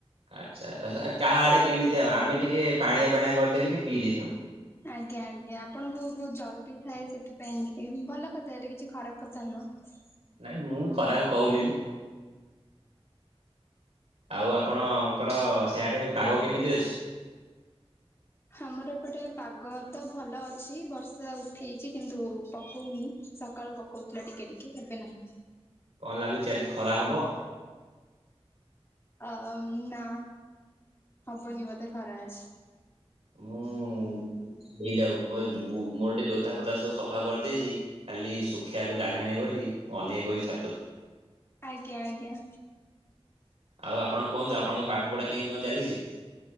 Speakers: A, on the right; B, on the left.
A: ଆଚ୍ଛା କା ଆଡେ କେମିତି ଆଉ ଆମେ ଟିକେ ପାଣିଆ ପାଣିଆ କରିଦେଇକି ଟିକେ ପିଇ ଦେଇଥାଉ।
B: ଆଜ୍ଞା ଆଜ୍ଞା ଆପଣଙ୍କୁ ବହୁତ ଜଲଦି ଥାଏ ସେଥିପାଇଁ କି ଭଲ କଥା ଏଇଟା କିଛି ଖରାପ କଥା ନୁହଁ।
A: ନାଇଁ ମୁଁ ବି ଖରାକୁ କହୁନି ବି ଆଉ ଆପଣଙ୍କର ସେଆଡ଼େ ପାଗ କେମିତି ଅଛି?
B: ଆମର ଏପଟେ ପାଗ ତ ଭଲ ଅଛି ବର୍ଷା ଉଠେଇଚି କିନ୍ତୁ ପକଉନି ସକାଳୁ ପ କଉଥିଲା ଟିକେ ଟିକେ ଏବେ ନାହିଁ।
A: କଣ୍ ଲାଗୁଚି ଆଜି ଖରା ହବ?
B: ଅ-ନା ହବନି ବଧେ ଖରା ଆଜ୍
A: ମୁଁ ହେଇଯାଉ ମୋର୍-ଜୋ-ବୁ- ମୋର୍ ଗୋଟେ ଜୋତା ଫୋତା ସବୁ ସଫା କରିଦେଇଚି। ଖାଲି ଶୁଖେଇବାକୁ ଜାଗା ନାହିଁ ବୋଲି ଅନେଇ ବଇଚି ଛାତକୁ।
B: ଆଜ୍ଞା -ଆଜ୍ଞା।
A: ଆଉ ଆପଣ କୁହନ୍ତୁ ଆପଣଙ୍କ ପାଠ ପଢା କେମିତି କଣ ଚାଲିଚି?